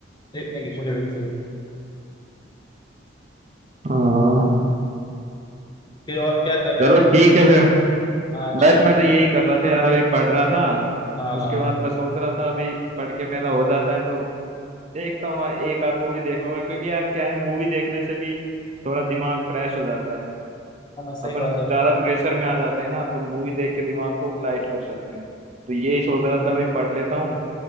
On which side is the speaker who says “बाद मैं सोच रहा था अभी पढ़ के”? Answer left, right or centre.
Right